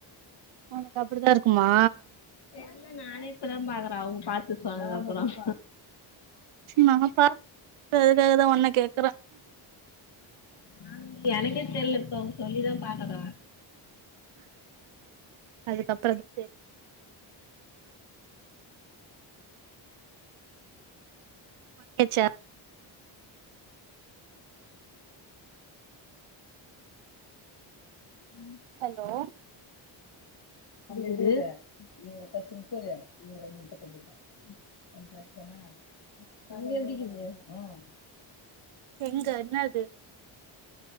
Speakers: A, on the right; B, on the left.
A: ஒனக்கு அப்டித்தா இருக்குமா
B: தெர்ல நானே இப்பதா பாக்கற அவுங்க பாத்து சொன்துகுஅப்பறம்
A: சீனா ந பாஸ் அதுக்காகதா ஒன்ன கேக்கற
B: நானுமே எனக்கே தெர்ல இப்ப அவுங்க சொல்லிதா பாக்கற
A: அதுக்கப்பறம் தான் தெ வாங்கியாச்சா
B: ம்
A: ஹலோ
B: இது ஒரு பத்து நுப்பது இது ஒரு அஞ்சு நுப்பத்தஞ்சு இருக்கு கணக்கு செர்தானா ம் ம்
A: எங்க
B: அங்க
A: என்னது